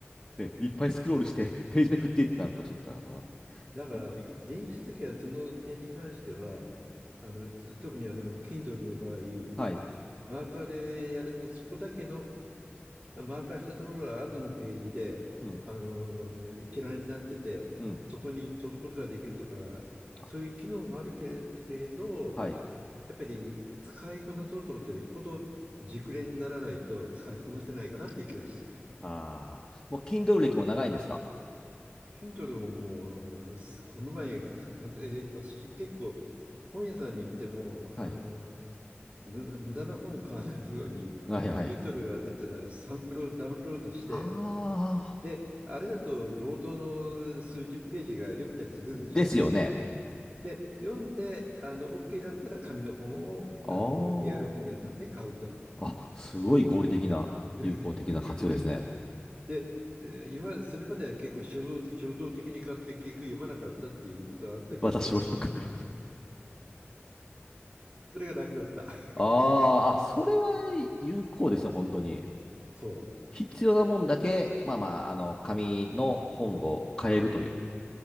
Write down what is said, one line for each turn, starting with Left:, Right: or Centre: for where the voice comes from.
Left: ね、いっぱいスクロールしてページめくってってなるとちょっとあの、
Right: だから、
Left: あんまり、
Right: 電子書籍はその点に関しては、
Left: ね
Right: あの、つ特にあの、Kindle の場合、
Left: はい、
Right: マーカーでやると、そこだけの、あマーカーしたところが後のページで、
Left: うん、
Right: あの、一覧になってて、
Left: うん、
Right: そこに飛ぶことができるとか、
Left: あ、
Right: そういう機能もあるけれど、
Left: はい、
Right: やっぱり使いこなそうと思ったら、よっぽど熟練にならないと使いこなせないかなっていう気がして
Left: ああ、もう Kindle 歴も長いんですか
Right: Kindle ももう、すこの前、かえ私結構本屋さんに行っても、
Left: はい。
Right: あの、む、無駄な本を買わないように、
Left: はいはい。
Right: Kindle が出たらサンプルをダウンロードして、
Left: ああ、
Right: で、あれだと冒頭の数十ページが読めたりするでしょう。
Left: ですよね。
Right: で、読んで、あの、OK だったら紙の本を、
Left: ああ、
Right: あの、リアル本屋さんで買うと。
Left: あ、すごい合理的な、
Right: <laughs>
Left: 有効的な活用ですね。
Right: で、えー今、それまでは結構衝動、衝動的に買って結局読まなかったっていうことはあったけど、
Left: 私もよくある。
Right: それが楽だった。<laughs>
Left: あーあ、それは有効ですね、本当に。
Right: そう。
Left: 必要なもんだけ、まあまあ、あの、紙の本を変えるという、